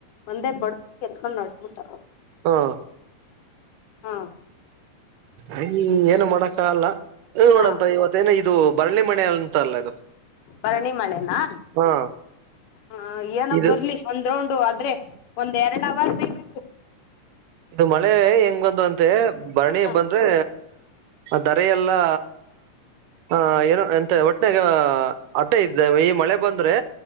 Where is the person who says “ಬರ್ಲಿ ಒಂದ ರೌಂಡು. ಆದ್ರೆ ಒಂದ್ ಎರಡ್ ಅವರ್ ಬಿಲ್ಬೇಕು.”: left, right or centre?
Left